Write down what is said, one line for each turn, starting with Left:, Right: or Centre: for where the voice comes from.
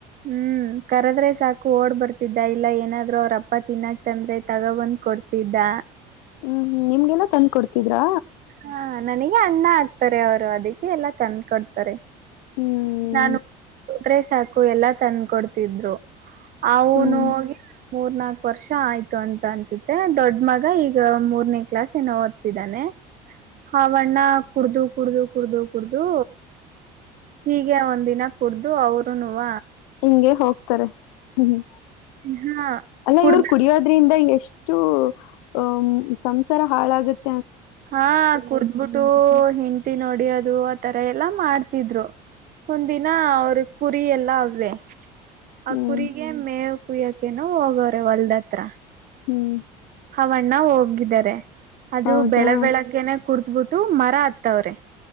Right: ಹ್ಮ್ ಕರದ್ರೆ ಸಾಕು ಓಡ್ ಬರ್ತಿದ್ದ ಇಲ್ಲ ಏನಾದ್ರು ಅವ್ರ ಅಪ್ಪ ತಿನ್ನಾಕ್ ಅಂದ್ರೆ ತಗ ಬಂದ್ ಕೊಡ್ತ ಬಿದ್ದಾ
Left: ಹ್ಮ್ ನಿಮ್ಗೆನೊ ತಂದ್ ಕೊಡ್ತಿದ್ರಾ
Right: ಹಾ ನನಗೆ ಅಣ್ಣ ಆಗ್ತಾರೆ ಅವರು ಅದಕ್ಕೆ ಎಲ್ಲ ತಂದ್ ಕೊಡ್ತಾರೆ
Left: ಹ್ಮ್
Right: ನಾನು ತೊಗ್ರೆೆ ಸಾಕು ಎಲ್ಲಾ ತಂದ ಕೊಡ್ತಿದ್ರು ಅವ್ನು
Left: ಹ್ಮ್
Right: ಹೋಗಿ ಮೂರ್ನಾಕು ವರ್ಷ ಆಯ್ತು ಅಂತ ಅನ್ಸುತ್ತೆ ದೊಡ್ ಮಗ ಈಗ ಮೂರ್ನೇ ಕ್ಲಾಸ್ ಏನೋ ಓದ್ತಿದ್ದಾನೆ ಹಾ ವಣ್ಣ ಕುಡ್ದು ಕುಡ್ದು ಕುಡ್ದು ಕುಡ್ದು ಹೀಗೆ ಒಂದ್ ದಿನ ಕುಡ್ದು ಅವರುನುವ
Left: ಹಿಂಗೆ ಹೋಗ್ತಾರೆ ಹ್ಮ್
Right: ಹಾ
Left: ಅಲ್ಲ
Right: ಕುಡ್ದ
Left: ಇವ್ರು ಕುಡಿಯೋದ್ರಿಂದ ಎಷ್ ಟು ಅಂತ ಸಂಸಾರ ಹಾಳಾಗುತ್
Right: ಹಾ ಕುಡ್ದ್ಬಿಟ್ಟು ಹೆಂ ನೊಡಿಯದು ಆತರ ಎಲ್ಲಾ ಮಾಡ್ತಿದ್ರು ಒಂದಿನ ಅವ್ರ ಕುರಿ ಎಲ್ಲ ಅವ್ವೆ ಆ
Left: ಹ್ಮ್
Right: ಕುರಿಗೆ ಮೇವ್ ಕುಯಕ್ ಕೇನೋ ಹೋಗವ್ರೆ ಹೊಲ್ದತ್ರ
Left: ಹ್ಮ್
Right: ಹಾವಣ್ಣ ಹೋಗಿದ್ದಾರೆ ಅದು
Left: ಹೌದಾ
Right: ಬೆಳಗ್ ಬೆಳಗ್ಗೆನೆ ಕುಡ್ದ್ಬಿಟ್ಟು ಮರ ಅತ್ತವ್ರೆ